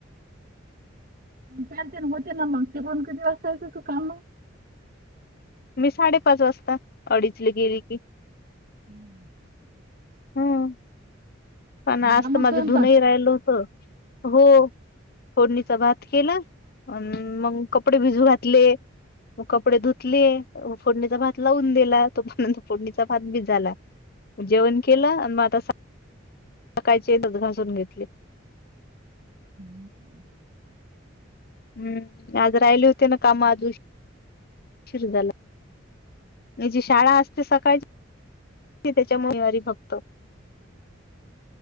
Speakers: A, on the right (about 45°); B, on the left (about 50°).
A: चालते ना होते ना मग तिकुन किती वाजता येत तू काम
B: मी साडेपाच वाजता अडीचले गेली की.
A: हम्म.
B: हम्म
A: झाला
B: पण आज
A: मग
B: तर माझं
A: स्वयंपाक
B: धुनही राहिलं होत हो फोडणीचा भात केला. अन मग कपडे भिजू घातले मग कपडे धुतले फोडणीचा भात लावून दिला तोपर्यंत फोडणीचा भात बी झाला. जेवण केलं आणि मग आता सकायचे येतात घासून घेतले.
A: हम्म.
B: हम्म आज राहिले होते ना काम आजुन उशीर झाला. याची शाळा असते सकाळची त्याच्यामुळ रविवारी फक्त